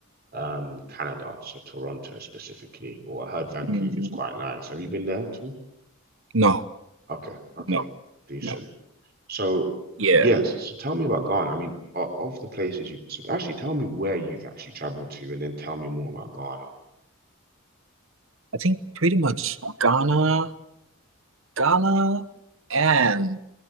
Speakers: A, on the right; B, on the right.
A: um Canada, so Toronto specifically. Or I heard Vancouver's
B: Mm,
A: quite nice. Have you been there at all?
B: No,
A: Okay, okay,
B: no,
A: decent.
B: no.
A: So
B: Yeah.
A: yes, so tell me about Ghana. I mean, o- of the places you've so actually tell me where you've actually traveled to, and then tell me more about Ghana.
B: I think pretty much Ghana. Ghana and